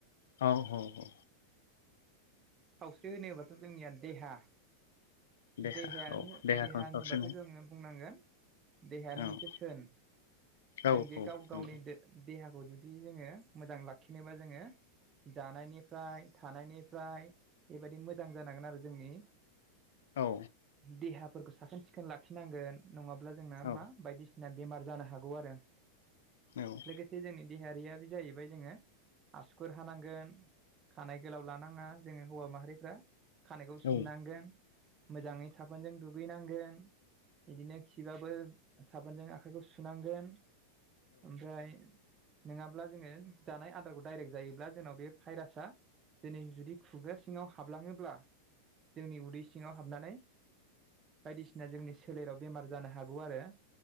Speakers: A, on the left (about 60°); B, on the right (about 25°).
A: ह ह
B: सावस्रि होनोबाथ' जोंनिया देहा
A: नोंथां। देहा
B: देहायानो
A: औ देहाखौनो
B: देहा होनोबाथ'
A: सावस्रिनाय
B: जोङो बुंनांगोन देहायानो
A: औ
B: मोनसे थोन
A: औ
B: जों बे
A: औ
B: गाव गावनि
A: नंगौ
B: देहाखौ जुदि जोङो मोजां लाखिनोबा जोङो जानायनिफ्राय थानायनिफ्राय बेबायदि मोजां जानांगोन आरो जोंनि
A: औ
B: देहाफोरखौ साखोन सिखोन लाखिनांगोन नङाब्ला जोङो
A: औ
B: मा बायदि बेमार जानो हागौ आरो
A: औ
B: लोगोसे जोंनि देहायारिया बे जाहैबाय जोङो आसुखुर हानांगोन खानाय गोलाव लानाङा जोङो हौवा माहारिफ्रा खानायखौ सिननांगोन
A: औ
B: मोजाङै साफोनजों दुगैनांगोन। बिदिनो खिबाबो साबोनजों आखाइखौ सुनांगोन ओमफ्राय नङाब्ला जोङो जानाय आदारखौ डाइरेक्ट जायोब्ला जोंनाव बे भाइरासा दिनै जुदि खुगा सिङाव हाबलाङोब्ला जोंनि उदै सिङाव हाबनानै बायदिसिना जोंनि सोलेराव बेमार जानो हागौ आरो